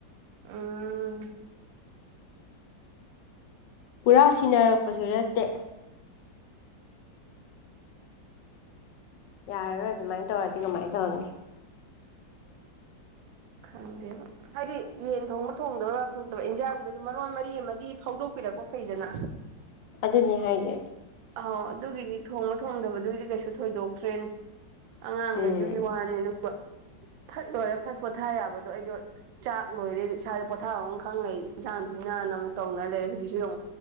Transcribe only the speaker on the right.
ꯑꯝ
ꯈꯪꯗꯦꯕꯣ ꯍꯥꯏꯗꯤ ꯌꯦꯟ ꯊꯣꯡꯕ ꯊꯣꯡꯗꯕ ꯋꯥ ꯈꯪꯗꯕ ꯏꯟꯖꯥꯡꯗꯨꯁꯨ ꯃꯔꯣꯟ ꯃꯔꯤ ꯑꯃꯗꯤ ꯐꯥꯎꯗꯣꯛꯄꯤꯔꯛꯄ ꯐꯩꯗꯅ
ꯑꯧ ꯑꯗꯨꯒꯤꯗꯤ ꯊꯣꯡꯕ ꯊꯣꯡꯗꯕꯗꯨꯒꯤꯗꯤ ꯀꯩꯁꯨ ꯊꯣꯏꯗꯣꯛꯇ꯭ꯔꯦꯅꯦ ꯑꯉꯥꯡꯒꯩꯗꯨꯒꯤ
ꯋꯥꯅꯤ ꯑꯗꯨꯒ ꯐꯠ ꯂꯣꯏꯔ ꯐꯠ ꯄꯣꯊꯥ ꯌꯥꯕꯗꯣ ꯑꯩꯗꯣ ꯆꯥꯛ ꯂꯣꯏꯔꯦ ꯏꯁꯥꯥꯁꯦ ꯄꯣꯊꯥꯕ ꯑꯃꯈꯪ ꯂꯩ ꯏꯟꯁꯥꯡꯁꯤꯅ ꯑꯃꯨꯛ ꯇꯧꯅ ꯂꯩ ꯍꯧꯖꯤꯛ